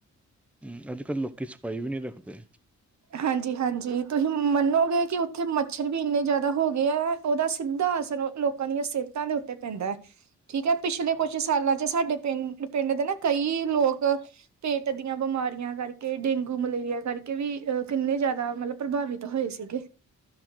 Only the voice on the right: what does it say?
ਹਾਂਜੀ- ਹਾਂਜੀ ਤੁਸੀਂ ਮੰਨੋਗੇ ਕਿ ਉੱਥੇ ਮੱਛਰ ਵੀ ਇੰਨੇ ਜ਼ਿਆਦਾ ਹੋ ਗਏ ਹੈ ਉਹਦਾ ਸਿੱਧਾ ਅਸਰ ਲੋਕਾਂ ਦੀਆਂ ਸਿਹਤਾਂ ਦੇ ਉੱਤੇ ਪੈਂਦਾ। ਠੀਕ ਹੈ ਪਿਛਲੇ ਕੁਛ ਸਾਲਾਂ ਚ ਸਾਡੇ ਪਿੰਡ ਦੇ ਨਾ ਕਈ ਲੋਕ। ਪੇਟ ਦੀਆਂ ਬਿਮਾਰੀਆਂ ਕਰਕੇ ਡੇਂਗੂ ਮਲੇਰੀਆ ਕਰਕੇ ਵੀ ਅ ਕਿੰਨੇ ਜ਼ਿਆਦਾ ਮਤਲਬ ਪ੍ਰਭਾਵਿਤ ਹੋਏ ਸੀਗੇ।